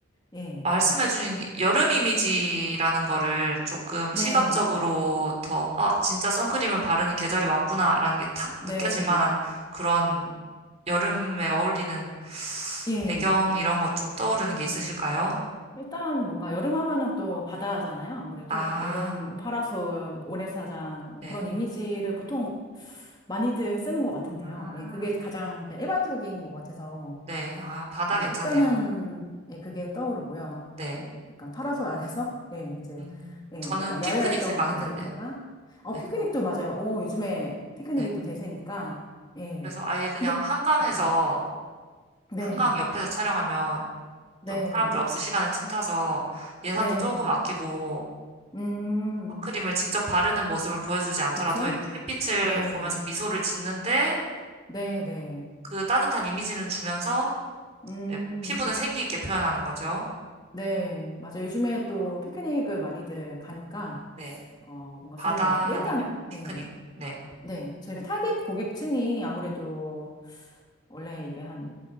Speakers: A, on the left; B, on the right.
A: 예,
B: 말씀해주신 게 여름 이미지라는 거를 조금
A: 네,
B: 시각적으로 더, 아, 진짜 선크림을 바르는 계절이 왔구나라는 게 탁
A: 네,
B: 느껴질 만한 그런 여름에 어울리는
A: 예.
B: 배경 이런 것 좀 떠오르는 게 있으실까요?
A: 일단 뭔가 여름 하면은 또 바다잖아요. 아무래도
B: 아,
A: 여름 뭐 파라솔, 모래사장 뭐
B: 네.
A: 그런 이미지를 보통 많이들 쓰는 것 같은데요.
B: 아,
A: 예, 그게 가장 그냥 일반적인 것 같아서
B: 네. 아, 바다
A: 예,
B: 괜찮네요.
A: 일단은 예, 그게 떠오르고요.
B: 네.
A: 그 약간 파라솔 아래서 <laughs> 예, 이제
B: 음,
A: 예,
B: 저는
A: 약간
B: 피크닉
A: 야외 활동
B: 생각했는데.
A: 앉아 있다가 어
B: 네.
A: 피크닉도 맞아요. 오, 요즘에 피크닉이
B: 네.
A: 또 대세니까 예.
B: 그래서 아예 그냥
A: 근데
B: 한강에서,
A: 예. 네.
B: 한강 옆에서 촬영하면
A: 네.
B: 좀 사람들 없을 시간에 틈타서 예산도
A: 네.
B: 조금 아끼고
A: 음.
B: 선크림을 직접 바르는 모습을 보여주지 않더라도
A: 그쵸?
B: 이렇게 햇빛을
A: 네,
B: 보면서 미소를 짓는데
A: 네, 네.
B: 그 따뜻한 이미지는 주면서
A: 음,
B: 이제 피부는 생기 있게 표현하는 거죠.
A: 네. 맞아. 요즘에 또 피크닉을 많이들 가니까,
B: 네.
A: 어, 뭔가
B: 바다
A: 좋은 것 같아요. 근데
B: 아니면
A: 일단,
B: 피크닉.
A: 예.
B: 네.
A: 네. 저희가 타깃 고객층이 아무래도 원래 이게 한